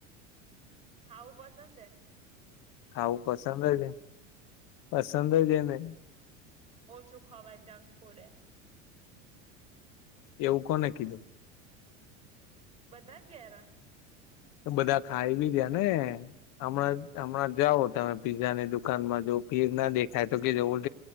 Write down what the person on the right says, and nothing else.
ખાવું પસંદે.
ઓછું ખવાય જંક ફૂડે.
બધા ક્યાર.